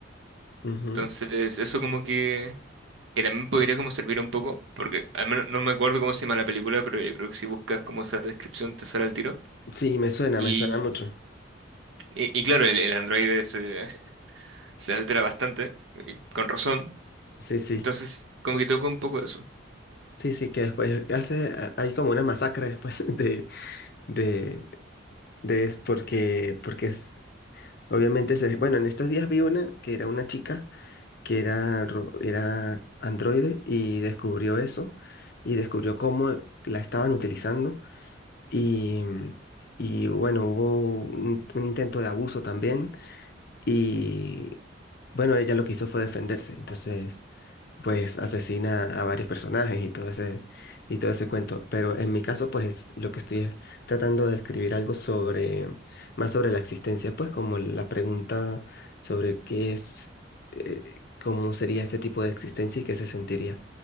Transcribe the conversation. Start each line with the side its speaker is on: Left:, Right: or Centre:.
Left: ujú.
Right: Entonces, eso como que, que también podría como servir un poco, porque al menos no me acuerdo cómo se llama la película, pero yo creo que si buscas como esa descripción te sale al tiro.
Left: Sí, me suena,
Right: Y,
Left: me suena mucho.
Right: y, y claro, el, el androide se, <laughs> se altera bastante, y con razón.
Left: Sí, sí.
Right: Entonces, como que toca un poco de eso.
Left: Sí, sí, que después hace, a- hay como una masacre después <laughs> de, de, de es porque, porque es- Obviamente, se- bueno, en estos días vi una que era una chica que era, ro- era androide y descubrió eso y descubrió cómo la estaban utilizando y, y bueno, hubo un, un intento de abuso también y bueno, ella lo que hizo fue defenderse. Entonces pues asesina a varios personajes y todo ese, y todo ese cuento. Pero en mi caso, pues lo que estoy es tratando de escribir algo sobre, más sobre la existencia, pues como la pregunta sobre qué es, eh, cómo sería ese tipo de existencia y qué se sentiría.